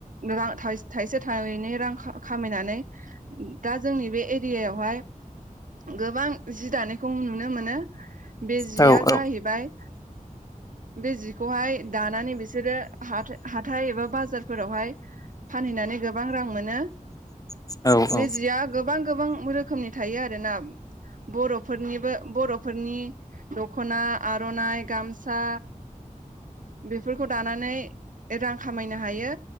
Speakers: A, on the right; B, on the left.
A: रां थाइ-थाइसे थाइनै रां खा-खामायनानै दा जोंनि बे एरियायाव खौहाय गोबां जि दानायखौ नुनो मोनो। बे जिया
B: औ औ
A: जाहैबाय बे जिखौहाय दानानै बिसोरो हाथा-हाथाइ एबा बाजार फोरावहाय फानहैनानै गोबां रां मोनो।
B: औ औ
A: बे जिया गोबां गोबां रो खोमनि थायो आरोना बर'फोरनिबो बर'फोरनि दख'ना, आर'नाइ, गामसा बेफोरखौ दानानै रां खामायनो हायो।